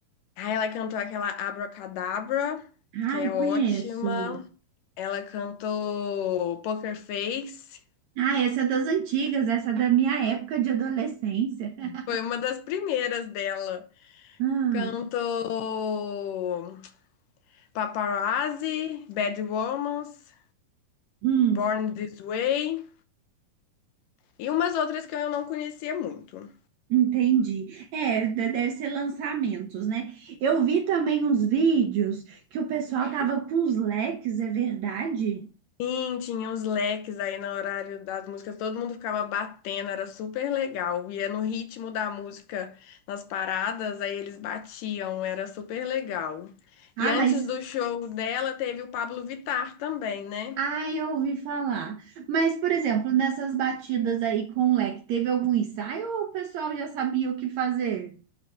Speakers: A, on the left; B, on the right.
A: Aí ela cantou aquela Abracadabra, que
B: Ai,
A: é ótima.
B: conheço.
A: Ela cantou Poker Face,
B: Ah, essa é das antigas, essa é da minha época de adolescência. <laughs>
A: foi uma das primeiras dela.
B: Ah,
A: Cantou Paparazzi, Bad Romance.
B: hum.
A: Born This Way e umas outras que eu não conhecia muito.
B: Entendi. É, de- deve ser lançamentos, né? Eu vi também uns vídeos que o pessoal tava com os leques, é verdade?
A: Sim, tinha os leques aí no horário das músicas, todo mundo ficava batendo, era super legal. Ia no ritmo da música nas paradas, aí eles batiam, era super legal.
B: Ah,
A: E antes
B: mas.
A: do show dela teve o Pablo Vittar também, né?
B: Ah, eu ouvi falar. Mas, por exemplo, nessas batidas aí com o leque, teve algum ensaio ou o pessoal já sabia o que fazer?